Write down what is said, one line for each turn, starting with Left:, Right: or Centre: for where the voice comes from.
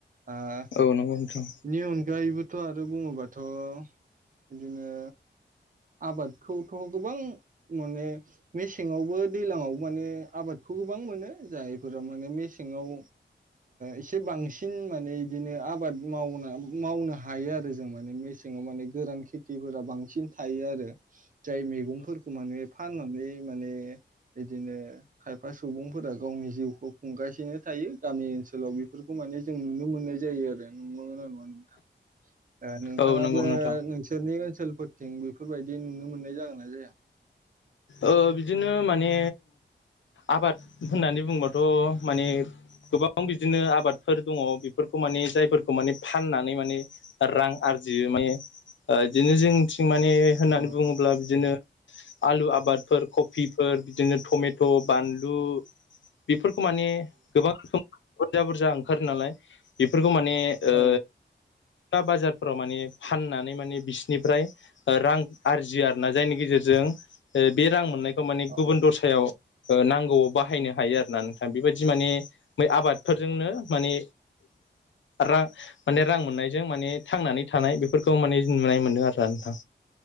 Right: आ बिनि
Left: औ नंगौ नोंथां
Right: अनगायैबो थ' आरो बुङोबाथ' बिदिनो आबादखौथ' गोबां माने मेसेङावबो दैज्लांआवबो माने आबादखौ गोबां मोनो जायफोरा माने मेसेंआव एसे बांसिन माने इदिनो आबाद मावना मावनो हायो आरो जों माने मे सेंआव माने गोरान खेथिफोरा बांसिन थायो आरो जाय मैगंफोरखौ माने फाननानै मा ने बिदिनो खायफा सुबुंफोरा गावनि जिउखौ खुंगासिनो थायो गामि ओनसोलाव लाव बेफोरखौ माने जों नुनो मोननाय जायो आरो नंगौना नङा नोंथां नोंथाङाबो
Left: औ औ नंगौ नोंथां
Right: नोंसोरनि ओनसोलफोरथिं बेफोरबायदि नुनो मोननाय जागोन ना जाया
Left: ओ बिदिनो माने आबाद होननानै बुंबाथ' माने गोबां बिदिनो आबादफोर दङ बेफोरखौ माने जायफोरखौ माने फाननानै माने रां आ रजियो माने इदिनो जोंनिथिं मने होननानै
Right: औ
Left: बुङोब्ला बिदिनो आलु आ बादफोर कबिफोर बिदिनो टमेट' बानलु बेफोरखौ माने गोबां रोखोम बुरजा बुरजा ओंखारो नालाय बेफोर खौ माने ओ
Right: औ
Left: बाजारफोराव माने फाननानै माने बिसोरनिफ्राय रां आरजियो आरोना जायनि गेजेरजों जों बे रां मोननायखौ माने
Right: औ
Left: गुबुन दरसायाव नांगौआव बाहायनो हायो आरो ना नोंथां बेबायदि माने बै आबादफोरजोंनो माने रां माने रां मोननायजों माने थांनानै थानाय बेफोरखौ माने नुनाय मोनदों आरो आं नोंथां